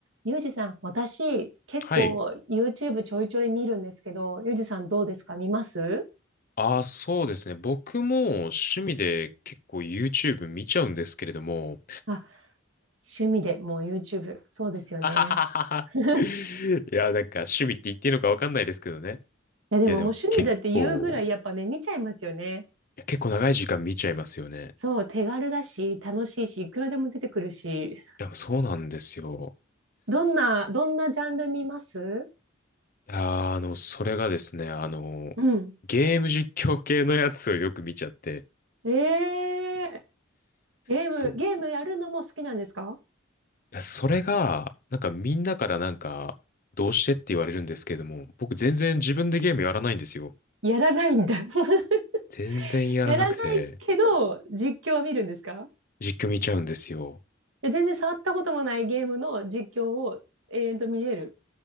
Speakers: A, on the right; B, on the left.
A: ゆうじさん、私、結構
B: はい。
A: YouTube ちょいちょい見るんですけど、ゆうじさんどうですか見ます
B: ああ、そうですね。僕も趣味で結構 YouTube 見ちゃうんですけれども。
A: あ、趣味でもう YouTube。そうですよね。
B: <laughs> あはははは。
A: <laughs> い
B: いや、なんか趣味って言っていいのかわかんないですけどね。
A: や、でももう趣味だって言うぐらいやっぱね、
B: いや、でも結構、
A: 見ちゃいますよね。
B: いや結構長い時間見ちゃいますよね。
A: そう、手軽だし、楽しいし、いくらでも出てくるし。
B: いや、そうなんですよ。
A: どんな、どんなジャンル見ます
B: いやー、あの、それがですね、あの、
A: うん。
B: ゲーム実況系のやつをよく見ちゃって。
A: ええーゲーム、
B: そう。
A: ゲームやるのも好きなんですか
B: いやそれが、なんかみんなからなんか、どうしてって言われるんですけれども、僕全然自分でゲームやらないんですよ。
A: やらないんだ。<laughs>
B: 全然やらなくて、
A: やらないけど、実況は見るんですか
B: 実況見ちゃうんですよ。
A: で全然触ったこともないゲームの実況を永遠と見れる。